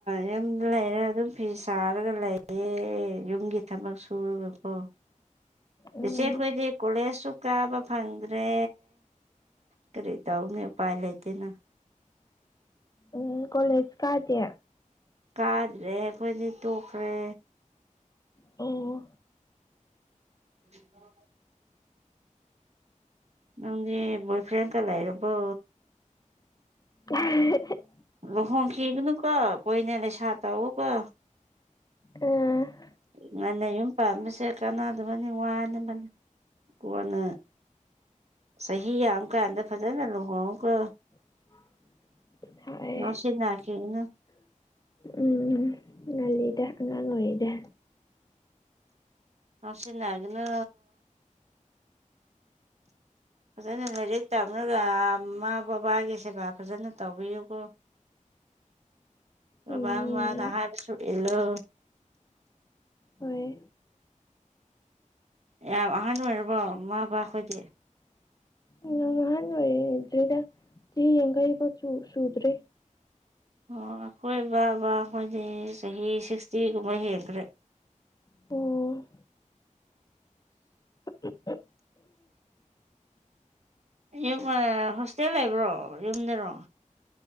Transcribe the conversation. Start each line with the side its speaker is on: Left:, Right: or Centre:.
Right: ꯌꯨꯝꯗ ꯂꯩꯌꯦ꯫ ꯑꯗꯨꯝ ꯐꯤ ꯁꯥꯔꯒ ꯂꯩꯌꯦ ꯌꯨꯝꯒꯤ ꯊꯕꯛ ꯁꯨꯔꯒꯀꯣ꯫
Left: ꯎꯝ
Right: ꯆꯤꯆꯦ ꯈꯣꯏꯗꯤ꯫ ꯀꯣꯂꯦꯖꯁꯨ ꯀꯥꯕ ꯐꯪꯗ꯭ꯔꯦ ꯀꯔꯤ ꯇꯧꯅꯤ ꯎꯄꯥꯏ ꯂꯩꯇꯦꯅ꯫
Left: ꯎꯝ ꯀꯣꯂꯦꯖ ꯀꯥꯗꯦ꫰꫰
Right: ꯀꯥꯗ꯭ꯔꯦ ꯑꯩꯈꯣꯏꯗꯤ ꯇꯣꯛꯈ꯭ꯔꯦ꯫
Left: ꯑꯣ
Right: <inaudible> ꯅꯪꯗꯤ ꯕꯣꯏꯐ꯭ꯔꯦꯟꯒ ꯂꯩꯔꯕꯣ꯫
Left: <unintelligible>
Right: ꯂꯨꯍꯣꯡꯈꯤꯒꯅꯨꯀꯣ ꯀꯨꯏꯅ ꯂꯩꯁꯥ ꯇꯧꯎꯑꯣ ꯀꯣ꯫
Left: ꯎꯝ꯫
Right: ꯉꯟꯅ ꯌꯨꯝ ꯄꯥꯟꯕꯁꯦ ꯀꯅꯥꯗꯕꯅꯤ ꯋꯥꯅꯕꯅꯤ ꯀꯣꯟꯅ꯫ ꯆꯍꯤ ꯌꯥꯝ ꯀꯥꯟꯗ ꯐꯖꯅ ꯂꯨꯍꯣꯡꯒꯨꯀꯣ꯫
Left: <inaudible> ꯍꯣꯏ
Right: ꯉꯥꯎꯁꯤꯟ ꯅꯈꯤꯅꯨ꯫
Left: ꯎꯝ ꯉꯜꯂꯤꯗ ꯑꯉꯥꯡ ꯑꯣꯏꯔꯤꯗꯦ꯫
Right: ꯉꯥꯎꯁꯤꯟꯅꯒꯅꯨ ꯐꯥꯖ ꯂꯥꯏꯔꯤꯛ꯫ ꯇꯞꯂꯒ ꯃꯥꯃ ꯕꯥꯕꯒꯤ ꯁꯦꯕꯥ ꯐꯖꯅ ꯇꯧꯕꯤꯌꯨꯀꯣ꯫ ꯕꯥꯕ
Left: ꯎꯝ
Right: ꯃꯥꯃꯅ ꯍꯥꯏꯕꯁꯨ ꯏꯜꯂꯨ꯫
Left: ꯍꯣꯏ꯫
Right: ꯌꯥꯝ ꯑꯍꯥꯟ ꯑꯣꯏꯔꯕꯣ ꯃꯥꯄꯥ ꯑꯩꯈꯣꯏꯗꯤ꯫
Left: ꯎꯝ ꯑꯍꯥꯟ ꯑꯣꯏꯗꯔꯤꯗ ꯆꯍꯤ ꯌꯥꯡꯈꯩ ꯐꯥꯎ ꯁꯨꯗꯔꯤ꯫
Right: ꯑꯣ ꯑꯩꯈꯣꯏ ꯕꯥꯕꯥꯈꯣꯏꯗꯤ ꯆꯍꯤ ꯁꯤꯛꯁꯇꯤꯒꯨꯝꯕ ꯍꯦꯟꯈ꯭ꯔꯦ꯫
Left: ꯄꯨꯡ꯫ <unintelligible>
Right: ꯌꯨꯝ ꯍꯣꯁꯇꯦꯜ ꯂꯩꯕ꯭ꯔꯣ ꯌꯨꯝꯗꯔꯣ꯫